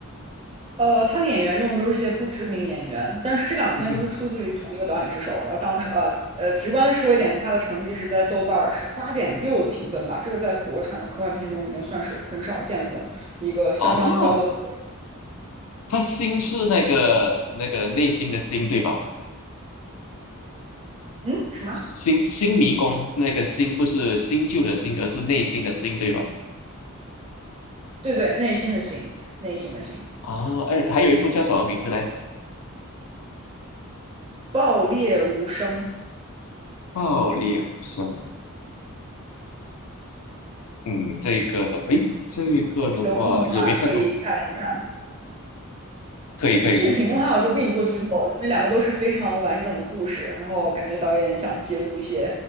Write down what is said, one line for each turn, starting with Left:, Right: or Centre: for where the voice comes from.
Right: 呃，他的演员用的都是些不知名演员，但是这两篇都是出自于同一个导演之手。
Left: 嗯哼，
Right: 然后当时，呃呃，直观的说一点，他的成绩是在豆瓣儿是八点六的评分吧，这个在国产的科幻片中已经算是很少见的一个相当高的高
Left: 哦，他新是那个那个内心的心，对吧？
Right: 分嗯，什么？
Left: 新新迷宫那个新不是新旧的新，而是内心的心，对吧？
Right: 对对，内心的心，内心的心，
Left: 哦，哎，还有一部叫什么名字来？着？
Right: 爆裂无声。
Left: 爆裂无声，嗯，这个的，诶，这个的话也没看过，
Right: 有空的话可以看一看。
Left: 可以可以可以，
Right: 剧情的话，我就不给你做剧透了，因为两个都是非常完整的故事，然后感觉导演想揭露一些